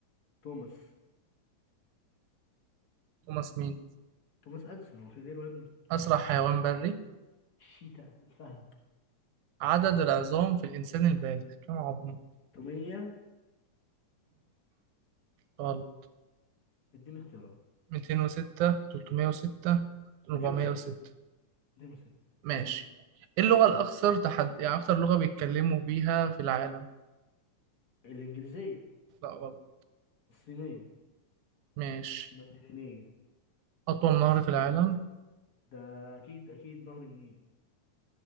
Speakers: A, on the left; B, on the right.
A: توماس
B: توماس مين؟
A: توماس اديسون هو في غيره يا ابني
B: أسرع حيوان بري
A: الشيتا الفهد
B: عدد العظام في الإنسان البالغ كم عظمه؟
A: 305
B: غلط
A: اديني اختيارات
B: 206 306 406
A: 206 206
B: ماشي إيه اللغة الأكثر تحد يعني أكثر لغة بيتكلموا بيها في العالم
A: الإنجليزية
B: لا غلط
A: الصينية
B: ماشي
A: المندرينية
B: أطول نهر في العالم
A: ده أكيد أكيد نهر النيل